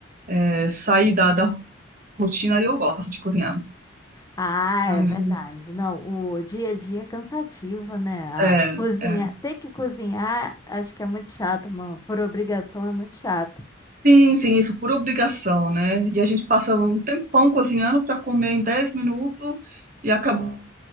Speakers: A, on the right; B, on the left.
A: é, sair da, da rotina, aí eu gosto de cozinhar.
B: Ah,
A: Mas
B: é verdade. Não, o dia a dia é cansativo, né? Ah,
A: é,
B: Cozinhar,
A: é.
B: ter que cozinhar, acho que é muito chato, mano. Por obrigação é muito chato.
A: Sim, sim, isso por obrigação, né? E a gente passa um tempão cozinhando para comer em 10 minutos e acaba